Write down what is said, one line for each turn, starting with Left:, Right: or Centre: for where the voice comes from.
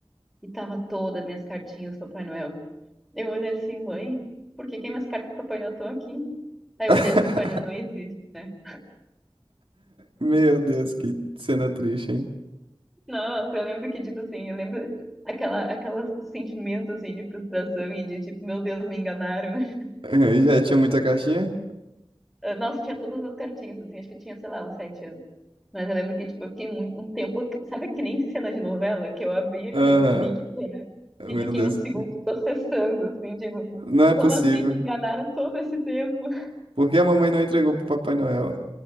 Centre: e tava todas as minhas cartinhas do Papai Noel. Eu olhei assim, mãe, por que que minhas cartas do Papai Noel estão aqui? Aí
Right: <laughs>
Centre: eu olhei esse Papai Noel não existe. né?
Right: Meu Deus, que cena triste, hein?
Centre: Nossa, eu lembro que, tipo assim, eu lembro aquela, aquela sentimento, assim, de frustração e de, tipo, meu Deus, me enganaram. <laughs>
Right: <laughs> E já tinha muita caixinha?
Centre: Eh, Nossa, tinha todas as cartinhas, assim, acho que eu tinha, sei lá, uns sete anos. Mas eu lembro que, tipo, eu fiquei mui- um tempo, sabe que nem cena de novela? Que eu abri aquilo,
Right: Aham.
Centre: vi que era,
Right: Meu
Centre: e fiquei
Right: Deus.
Centre: uns segundos processando, assim, tipo,
Right: Não é possível.
Centre: como assim me enganaram todo esse tempo? <laughs>
Right: Por que a mamãe não entregou pro Papai Noel?